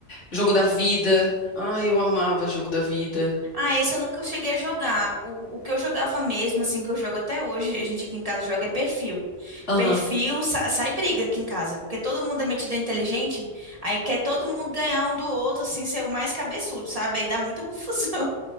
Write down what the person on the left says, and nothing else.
Jogo da vida. Ah, eu amava jogo da vida.
Aham.